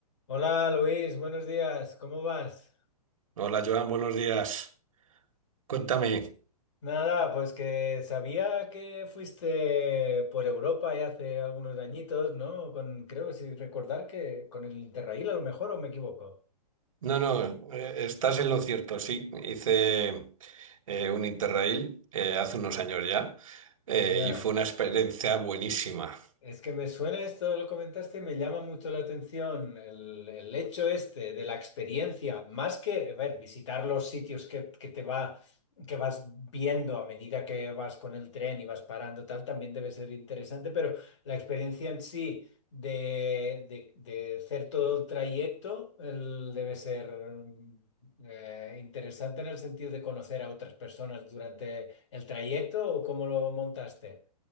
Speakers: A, on the left; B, on the right.
A: Hola Luis, buenos días, ¿cómo vas?
B: Hola Joan, buenos días. Cuéntame.
A: Nada, pues que sabía que fuiste por Europa ya hace algunos añitos, ¿no? Con, creo, si recordar que con el Interrail a lo mejor, ¿o me equivoco?
B: No, no, eh, estás en lo cierto, sí. Hice eh, un Interrail eh, hace unos años ya eh,
A: Ya.
B: y fue una experiencia buenísima.
A: Es que me suena esto, lo comentaste, me llama mucho la atención el, el hecho este de la experiencia, más que, a ver, visitar los sitios que, que te va, que vas viendo a medida que vas con el tren y vas parando, tal, también debe ser interesante, pero la experiencia en sí de, de- de hacer todo el trayecto el- debe ser mm, eh, interesante en el sentido de conocer a otras personas durante el trayecto o cómo lo montaste.